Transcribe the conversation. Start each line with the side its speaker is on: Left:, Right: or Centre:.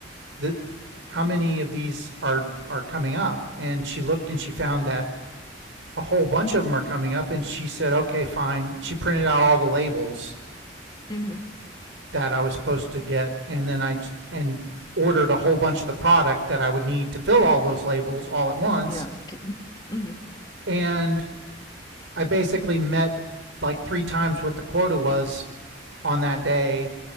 Right: the how many of these are are coming up? And she looked and she found that a whole bunch of them are coming up, and she said, okay, fine. She printed out all the labels
Left: hmm
Right: that I was supposed to get, and then I and ordered a whole bunch of the product that I would need to fill all those labels all at once,
Left: Yeah. <clears throat> hmm
Right: and I basically met like three times what the quota was on that day